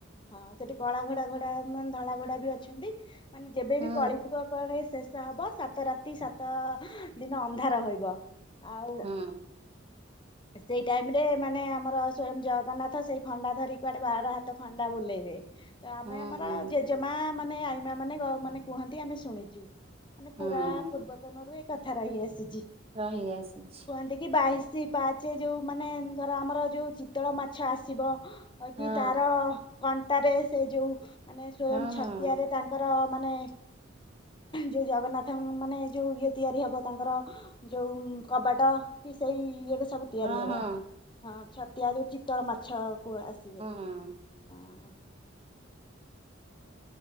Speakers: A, on the left (about 25°); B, on the right (about 30°).
A: ହଁ ସେଠି କଳା ଘୋଡା ଘୋଡା ମାନେ ଧଳା ଘୋଡା ବି ଅଛନ୍ତି ମାନେ ଯେବେବି
B: ହୁଁ
A: କଳିଯୁଗ କୁଆଡେ ସେ ଶେଷ ହବ, ସାତ ରାତି ସାତ ଦିନ ଅନ୍ଧାର ହୋଇବ। ଆଉ
B: ହୁଁ।
A: ସେଇ ଟାଇମ ରେ ମାନେ ଆମର ସ୍ଵୟଂ ଜଗନ୍ନାଥ ସେଇ ଖଣ୍ଡା ଧରି କୁଆଡେ ବାର ହାତ ଖଣ୍ଡା ବୁଲେଇବେ ତ ଆମେ
B: ହୁଁ
A: ଆମର ଜେଜେମା ମାନେ ଆ ଈମା ମାନେ ମାନେ କୁହନ୍ତି ଆମେ ଶୁଣିଛୁ ମାନେ
B: ହୁଁ
A: ପୁରା ପୂର୍ବତନରୁ ଏ କଥା ରହି ଆସିଛି।
B: ରହି ଆସିଛି।
A: କୁହନ୍ତି କି ବାଇଶି ପାହାଚେ ଯୋଉ ମାନେ ଧର ଆମର ଯୋଉ ଚିତଳ ମାଛ ଆସିବ। କି
B: ହଁ
A: ତାର କଣ୍ଟାରେ ସେ ଯୋଉ ମାନେ ସ୍ଵୟଂ
B: ହଁ
A: ଛତିଆରେ
B: ହଁ
A: ତା ଙ୍କର ମାନେ ଯୋଉ ଜଗନ୍ନାଥ ମାନେ ଯୋଉ ଇଏ ତିଆରି ହବ ତାଙ୍କର ଯୋଉ କବାଟ କି ସେଇ ଇଏରେ ସବୁ ତିଆରି
B: ହଁ
A: ହବ
B: ହଁ
A: ହଁ ଛତୀଆ ଯୋଉ ଚିତଳ ମାଛ କୁ ଆସିବେ।
B: ହୁଁ
A: ହଁ।